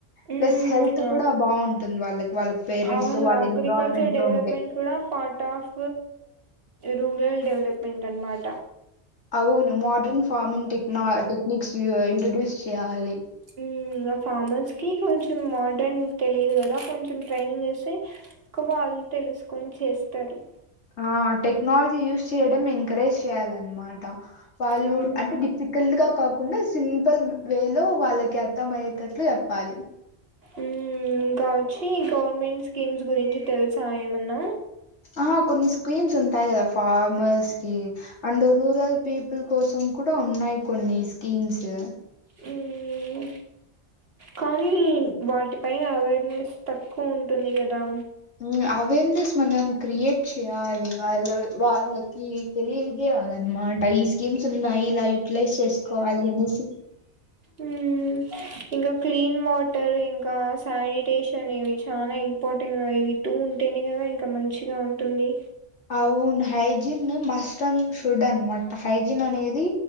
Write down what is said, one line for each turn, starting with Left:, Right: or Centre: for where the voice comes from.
Right: ఉమ్
Left: ప్లస్ హెల్త్ కూడా బాగుంటుంది వాళ్ళకి వాళ్ళ పేరెంట్స్
Right: అవును
Left: వాళ్ళ
Right: అగ్రికల్చర్
Left: ఎన్విరాన్మెంట్
Right: డెవలప్మెంట్
Left: లో ఉంటే
Right: కూడా పార్ట్ ఆఫ్ రూరల్ డెవలప్మెంట్ అనమాట
Left: అవును మోడ్రన్ ఫార్మింగ్ టెక్న టెక్నిక్స్ ఇంట్రడ్యూస్ చేయాలి.
Right: ఉహ్ ఇంగా ఫార్మర్స్ కి కొంచెం మోడ్రన్ తెలిదు కదా కొంచెం ట్రైనింగ్ ఇస్తే ఇంకా వాళ్లు మ్మ్ తెలుస్కొని చేస్తారు.
Left: ఆ టెక్నోల్జి యూస్ చేయడం ఎంకరేజ్ చేయాలన్మాట. వాళ్ళు
Right: హ్మ్
Left: అంటె డిఫికల్ట్ గా కాకుండా ఇస్ సింపుల్ వే లో వాళ్ళకి అర్థం అయ్యేటట్లు యెప్పాలి.
Right: ఊ ఇంకా ఒచ్చీ గవర్నమెంట్ స్కీమ్స్ గురించి తెల్సా ఏమన్నా.
Left: ఆ కొన్ని స్కీమ్స్ ఉంటాయి గదా ఫార్మర్స్ కి అండ్ రూరల్ పీపుల్ కోసం కుడా ఉన్నాయ్ కొన్ని స్కీమ్స్.
Right: మ్మ్ కానీ వాటిపైన అవేర్నెస్ తక్కువుంటుంది గదా.
Left: మ్మ్ అవేర్నెస్ మనం క్రియేట్ చేయాలి వాళ్ళ వాళ్ళకి తెలియజేయాలన్నమాట. ఈ స్కీమ్స్ ఉన్నాయి ఇలా యుటిలైజ్ చేస్కోవాలి అనేసి.
Right: ఊ ఇంక క్లీన్ వాటర్ ఇంకా శానిటేషన్ ఇవి చానా ఇంపార్టెంట్ కద ఇవి టూ ఉంటేనే గదా ఇంక మంచిగా ఉంటుంది.
Left: అవున్ హైజిన్ మస్ట్ అన్ షుడ్ అన్ మాట హైజిన్ అనేది